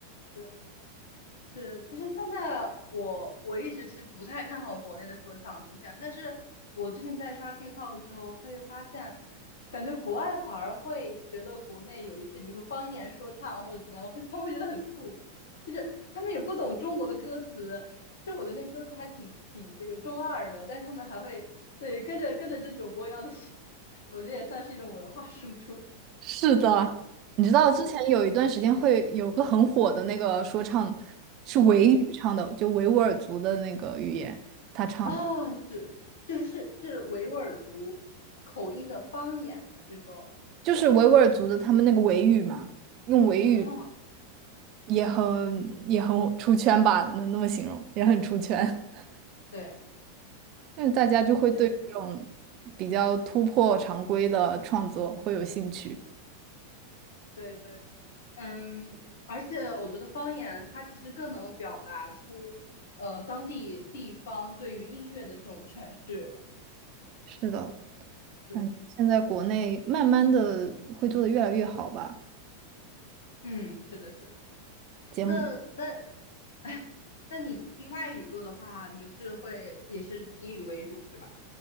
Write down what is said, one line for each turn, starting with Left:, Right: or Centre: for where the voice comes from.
Left: 对。是，其实现在我我一直其实不太看好国内的说唱出现，但是我最近在刷 TikTok 的时候，会发现，感觉国外反而会觉得国内有一些，比如说方言说唱或者怎么样，会他们会觉得很酷，就是他们也不懂中国的歌词，就我觉得那歌词还挺挺这个中二的，但是他们还会对跟着跟着就有模有样的，<laughs> 我觉得也算是一种文化输出，
Right: 是的，你知道之前有一段时间会有个很火的那个说唱，
Left: 嗯。
Right: 是维语唱的，
Left: 嗯。
Right: 就维吾尔族的那个语言，他唱的，
Left: 啊，是就是是是维吾尔族口音的方言，还是说
Right: 就是维吾尔族的他们那个维语嘛，用维语
Left: 啊？
Right: 也很也很出圈吧，能那么形容，也很出圈。<laughs>
Left: 对
Right: 那大家就会对这种
Left: 对
Right: 比较突破常规的创作会有兴趣。
Left: 对对，嗯，而且我觉得方言它其实更能表达出呃当地地方对于音乐的这种诠释。
Right: 是的，
Left: 是，
Right: 嗯，现在国内慢慢的会做的越来越好吧，
Left: 嗯，是的，是的。
Right: 节目
Left: 那那 <laughs> 那你听外语歌的话，你是会也是英语为主，对吧？